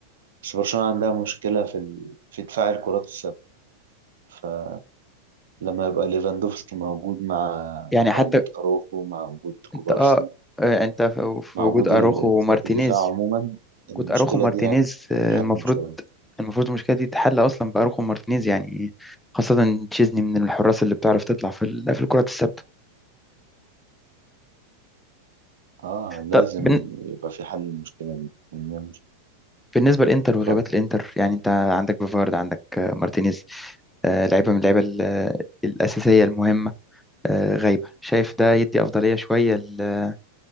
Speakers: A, on the right; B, in the centre.
A: بس برشلونة عندها مشكلة في ال... في دفاع الكرات الثابتة فلما يبقى ليفاندوفسكي موجود مع
B: يعني حتى
A: مع وجود أروخو مع وجود كوبارسي
B: أنت آه آه، أنت في في
A: مع
B: وجود
A: وجود
B: أروخو
A: ال- ال-
B: ومارتينيز
A: خط الدفاع عموما المشكلة
B: كنت اروخو مارتينيز
A: دي هت-
B: آه،
A: هتتحجم
B: المفروض
A: شوية
B: المفروض المشكله دي تتحل اصلا باروخو مارتينيز يعني خاصه تشيزني من الحراس اللي بتعرف تطلع في ال- في الكرات الثابته
A: اه لازم
B: طب بن-
A: يبقى في حل للمشكلة دي يعني هي مش-
B: بالنسبه للانتر وغيابات
A: اتفضل
B: الانتر يعني انت عندك بيفارد عندك آه، مارتينيز آه، لعيبه من اللعيبه ال- آه، الاساسيه المهمه آه، غايبه شايف ده يدي افضليه شويه ل-